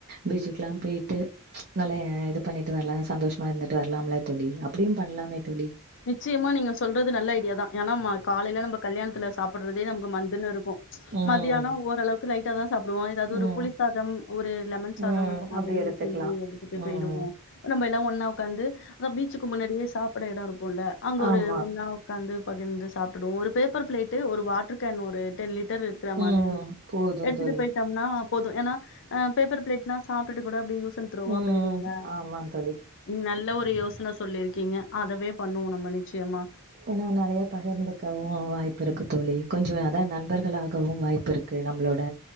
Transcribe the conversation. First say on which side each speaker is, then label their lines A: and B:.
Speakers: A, on the right; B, on the left.
A: பீச்சுக்குல்லா போய்ட்டு நல்லா இது பண்ணிட்டு வர்லா சந்தோஷ்மா இருந்துட்டு வரலாம்ல தோழி அப்புடியு பண்லாமே தோழி
B: நிச்சியமா நீங்க சொல்றது நல்ல ஐடியா தா ஏன்னா மா காலைல நம்ப கல்யாண்த்துல சாப் போடுறதே நம்க்கு மந்துன் இருக்கு
A: ம்.
B: மதியானோ ஓரளவுக்கு லைட்டா தா சாப்டுவோ எதாவ்து
A: ம்.
B: ஒரு புளி சாதம் ஒரு லெமன் சாதம்
A: ம்.
B: அந்த மாதிரி
A: அப்டி எடுத்துக்கலாம்.
B: செஞ்சு எடுத்துட்டு போய்டுவோ
A: ம்.
B: நம்ப எல்லா ஒன்னா உக்காந்து அதா பீச்சுக்கு முன்னாடியே சாப்பிட எடோ இருக்குல அங்க ஒரு
A: ஆமா.
B: ஒன்னா உக்காந்து பகிர்ந்து சாப்ட்டுடுவோ ஒரு பேப்பர் ப்ளேட்டு ஒரு வாட்ரு கேன் ஒரு டென் லிட் ட்ரு இருக்கற மாதிரி
A: ம். போதும்
B: எடுத்துட்டு
A: தோழி.
B: போய்ட்டோம்னா போது ஏன்னா அ பேப்பரு ப்ளேட்னா சாப்டுட்டு கூட அப்டே யூ சன் த்ரோவா
A: ம்.
B: போய்டுல
A: ஆமா தோழி.
B: நீ நல்ல ஒ ரு யோசன சொல்லிருக்கீங்க அதவே பண்ணுவோ நம்ம நிச்சியமா
A: ஏனா நெறய பகிர்ந்துக்கவு வாய் ப்பிருக்கு தோழி கொஞ்சு அதா நண்பர்களாகவு வாய்ப்பு இருக்கு நம்ப்ளோட